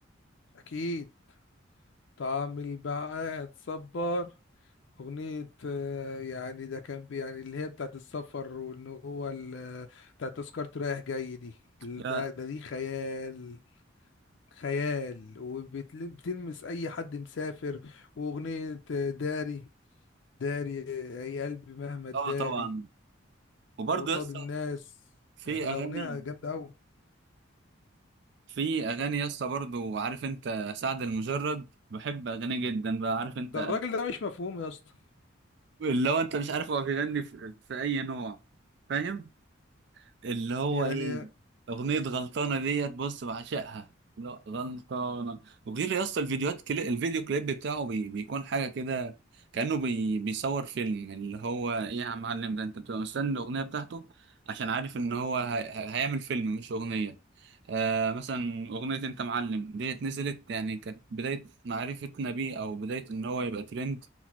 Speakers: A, on the left; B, on the right.
A: اكيد طعم البعاد صبار أغنية آه، يعني ده كان بي- يعني اللي هي بتاعت السفر وإن هو ال- آه، بتاعت تذكرة رايح جاي دي ده
B: يا-
A: ده دي خيال خيال وبتلمس أي حد مسافر وأغنية آه، داري داري آه، أي قلبي مهما تداري
B: اه طبعا وبرضه
A: قصاد
B: يا اسطى
A: الناس
B: في
A: ده
B: اغاني
A: أغنية جامدة أوي
B: في اغاني يا اسطى برضه عارف انت سعد المجرد بحب اغانيه جدا بقى عارف انت
A: ده الراجل ده مش مفهوم يا اسطى
B: اللي هو انت مش عارف هو بيغني في, في اي نوع فاهم اللي هو
A: يعني
B: ايه اغنية غلطانة ديت بص بعشقها لا غلطانة وغير يا اسطى الفيديوهات كلي... الفيديو كليب بتاعه بي... بيكون حاجة كده كأنه بي... بيصور فيلم يعني اللي هو ايه يا معلم ده انت بتبقى مستني الأغنية بتاعته عشان عارف ان هو ه... ه- هيعمل فيلم مش أغنية آه مثلا أغنية انت معلم ديت نزلت يعني كانت بداية معرفتنا بيه او بداية ان هو يبقى ترند